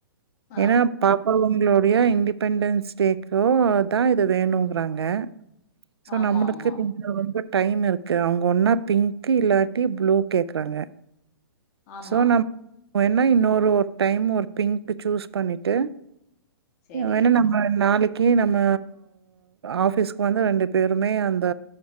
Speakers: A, on the left; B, on the right.
A: ஆ
B: ஏன்னா பாப்பா இவங்களுடைய இன்டிப் பெண்டன்ஸ்டேக்கோ தா இத வேணுங்கிறாங்க ஸோ
A: ஆமா
B: நம்ளுக்கு
A: ஆமா
B: இன்னு ரொம்ப டைம் இருக்கு அவுங்க ஒன்னா பிங்க்கு இல்லாட்டி ப்ளூ கேக்றாங்க
A: ஆமா
B: சோ நம் என்னா இன்னொரு டைம் ஒரு பிங்க்கு சூஸ் பண்ணிட்டு
A: சேரி
B: <unintelligible> நம்ம நாளைக்கி நம்ம ஆபிஸ்க்கு வந்து ரெண்டு பேருமே அந்த